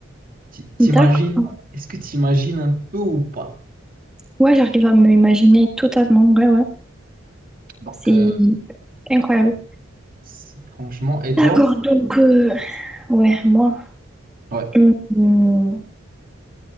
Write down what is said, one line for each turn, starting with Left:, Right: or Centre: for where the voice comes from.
Right: Ti- T'imagines?
Centre: D'accord.
Right: Est-ce que t'imagines un peu ou pas?
Centre: Ouais, j'arrive à me imaginer totalement. Ouais, ouais.
Right: Donc
Centre: C'est
Right: euh,
Centre: incroyable.
Right: C'est- Franchement, et
Centre: D'accord,
Right: toi?
Centre: donc, euh, ouais, moi,
Right: Ouais.
Centre: hum, hum,